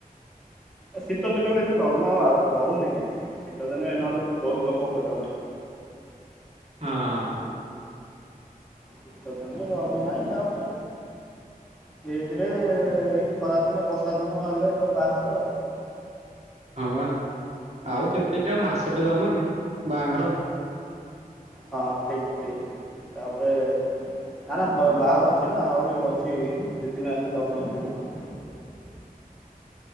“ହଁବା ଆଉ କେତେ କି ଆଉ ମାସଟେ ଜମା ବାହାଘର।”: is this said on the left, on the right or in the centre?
Right